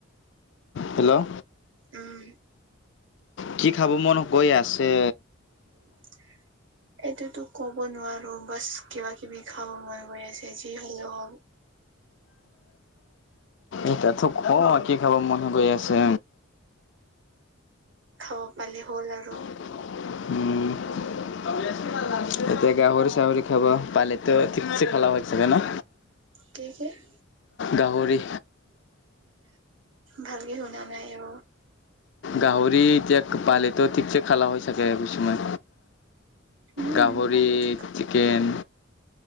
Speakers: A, on the left; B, on the right.
A: হেল্ল'
B: উম
A: কি খাব মন গৈ আছে?
B: <inaudible> এইটোতো ক'ব নোৱাৰো বাচ কিবা- কিবি খাব মন গৈ আছে যি হলেও হওক, -
A: এতাতো ক, কি খাব মন গৈ আছে?
B: খাব পালে হল আৰু
A: উম এতিয়া গাহৰি চাহৰি খাব পালেত ঠিকছে খালা হৈ চাগ ন।
B: কিহে কিহে
A: গাহৰি
B: ভালকে শুনা নাই আ
A: গাহৰি, এতিয়া পালেতো ঠিকছে খালা হৈ চাকে কৈছোঁ মই
B: উম
A: গাহৰি,
B: পালেতো
A: চিকেন